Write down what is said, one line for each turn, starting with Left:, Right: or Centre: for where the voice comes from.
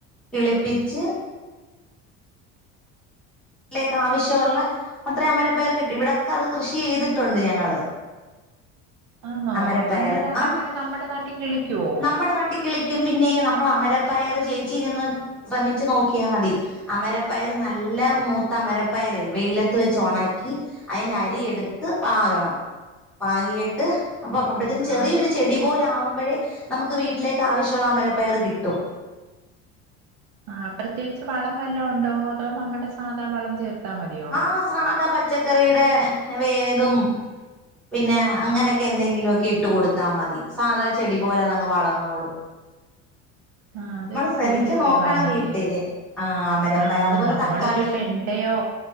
Centre: കിളിപ്പിച്ച് ലേക്ക് ആവശ്യമുള്ള അത്രേം അമര പയർ കിട്ടി ഇവിടൊക്കെ അത് കൃഷി ചെയ്തിട്ടുണ്ട് ഞങ്ങള്
Right: ആന്നോ
Centre: അമരപ്പയർ
Right: അന്നേരം അത്
Centre: ആ
Right: അങ്ങനെ നമ്മുടെ നാട്ടിൽ കിളിക്കോ
Centre: നമ്മുടെ നാട്ടിൽ കിളിക്കും പിന്നെ നമ്മൾ അമരപ്പയറ് ചേച്ചീരിന്ന് ശ്രമിച്ചു നോക്കിയാ മതി അമരപ്പയർ നല്ല മൂ ത്തമരപ്പയറ വെയിലത്ത് വെച്ച് ഒണക്കി അതിന്റെ അരിയടുത്ത് പാകണം പാകിയിട്ട് അപ്പൊ അപ്പോത്തിനും
Right: ആഹ്
Centre: ചെറിയൊരു ചെടി പോലെ ആകുമ്പഴേ നമുക്ക് വീട്ടിലേക്ക് ആവശ്യമുള്ള അമരപ്പയർ കിട്ടും
Right: ആ പ്രത്യേകിച്ച് വളം വല്ലോ ഉണ്ടോ അതോ നമ്മടെ സാധാ വളം ചേർത്താ മതിയോ
Centre: ആ സാധാ പച്ചക്കറിയുടെ വേതും പിന്നെ അങ്ങനൊക്കെ എന്തെങ്കിലുക്കെ ഇട്ട് കൊടുത്താൽ മതി സാധാ ചെടി പോലെ അതങ്ങ് വളന്നോളും
Right: ആ അതൊരു
Centre: ശ്രമിച്ചു
Right: പുതിയ അറിവാ
Centre: നോക്കണം
Right: എനിക്ക്
Centre: വീട്ടില് ആ അമരപ്പയർ
Right: ആ
Centre: അതുപോലെ
Right: നമ്മളൊരു
Centre: തക്കാളിയും
Right: വെണ്ടയോ